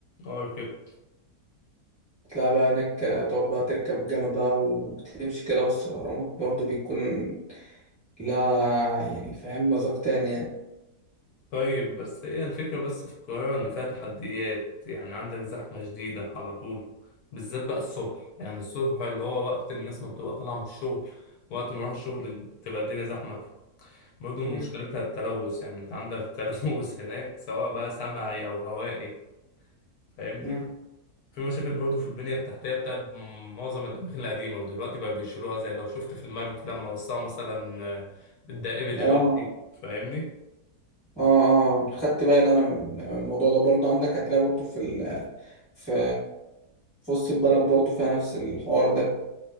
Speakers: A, on the left (about 75°); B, in the centre.
A: أه كده
B: تلاقي بقى هناك تقعد بقى تركب الجمل بقى وتمشي كده وسط الأهرامات برضه بيكون لها يعني فاهم مذاق تاني يعني
A: طيب بس هي الفكرة بس في القاهرة إن فيها تحديات يعني عندك زحمة شديدة على طول بالذات بقى الصبح يعني الصبح اللي هو وقت الناس ما بتبقى طالعة من الشغل وقت ما أروح الشغل تبقى الدنيا زحمة برضه مشكلتها
B: مم.
A: التلوث يعني أنت عندك <laughs> تلوث هناك سواء بقى سمعي أو هوائي فاهمني
B: مم.
A: في مشاكل برضه في البنية التحتية بتاع معظم الأماكن القديمة ودلوقتي بقى بيشيلوها زي لو شفت في المرج لما وسعوا مثلا آه، الدائري دلوقتي
B: اه
A: فاهمني
B: اه اه خدت بالي انا من الموضوع ده برضه عندك هتلاقي برضه في ال في في وسط البلد برضه فيها نفس الحوار ده